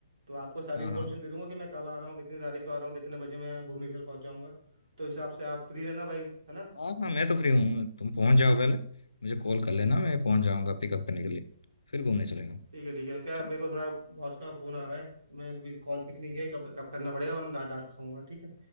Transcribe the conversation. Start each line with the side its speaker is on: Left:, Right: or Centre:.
Right: तो आपको सारी
Left: हाँ
Right: इन्फॉर्मेशन
Left: हाँ
Right: दे दूंगा कि मैं कब आ रहा हूँ कितनी तारीख को आ रहा हूँ कितने बजे मैं भुवनेश्वर पहुंच जाऊंगा तो इस हिसाब से आप फ्री रहना भाई है ना
Left: हाँ हाँ मैं तो फ्री हूँ तुम पहुंच जाओ पहले मुझे कॉल कर लेना मैं
Right: ठीक
Left: पहुंच जाऊंगा पिकअप करने के लिए फिर घूमने चलेंगे
Right: ठीक है ठीक है क्या
Left: ठीक
Right: मेरे
Left: है
Right: को थोड़ा बॉस का फोन आ रहा है मैं अभी कॉल पिक नहीं किया है, कब कब करना पड़ेगा वरना डांट डांट खाऊंगा ठीक है